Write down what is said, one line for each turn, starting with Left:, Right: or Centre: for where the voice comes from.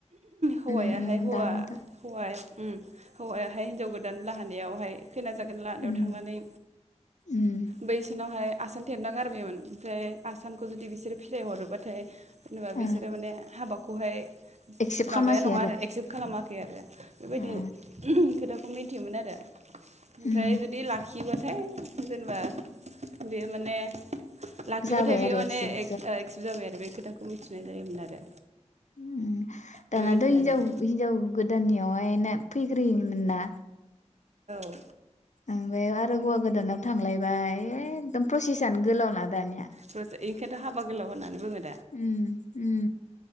Right: हौवायाहाय
Left: उम उम
Right: हौवा
Left: दानाथ'
Right: हौवा उम हौवा। फाय हिन्जाव गोदान लाहानावहाय। खैनाजागोन लाहानावहाय
Left: उम
Right: थांनानै।
Left: उम
Right: बैसिनावहाय। आसान थेबना गारबाययोमोन ओमफ्राय आसानखौ जुदि बिसोरो फिराय हरोबाथाय। जेनेबा बिसोरो
Left: ओ
Right: माने हाबाखौहाय
Left: एक्सेप्ट
Right: माबाया
Left: खालामाखै
Right: नङा आरो एक्सेप्ट खालामा। खै आरो। बेबायदि
Left: ओ
Right: खोथा। खौ मिथियोमोन आरो। ओमफ्राय
Left: उम
Right: जुदि ला खिबाथाय जेनेबा बे माने। लाखिबायथाय
Left: जाबाय
Right: बियो
Left: आरो
Right: माने
Left: एक्सेप्ट
Right: बे एकसेब जाबाय आरो। थाखौ मिथिनाय जायोमोन आरो।
Left: उम दानाथ'
Right: बेबायदिमोन
Left: हिनजाव
Right: आरो
Left: हिनजाव गोदाननियावहाय ना फैग्रोयो। मोना
Right: औ
Left: ओं बेयाव आरो हौवा गोदानाव थांलायबाय एकदम प्रसेसनो गोलावना दानिया
Right: प्रजेक एनिखायथ' हाबा गोलाव होननानैबोङो
Left: उम उम